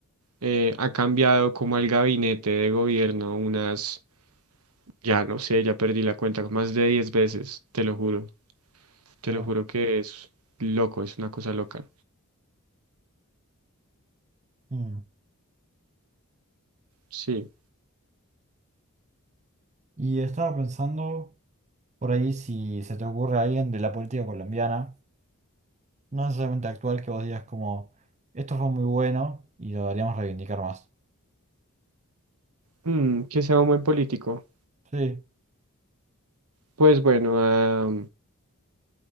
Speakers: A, on the right; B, on the right.
A: eh, ha cambiado como el gabinete de gobierno unas Ya no sé, ya perdí la cuenta más de 10 veces, te lo juro. Te
B: Guau.
A: lo juro que es loco, es una cosa loca.
B: Mm.
A: Sí.
B: Y estaba pensando por ahí si se te ocurre a alguien de la política colombiana, no necesariamente actual, que vos digas como, esto fue muy bueno y lo deberíamos reivindicar más.
A: Mm, que sea un buen político.
B: Sí,
A: Pues bueno, ah,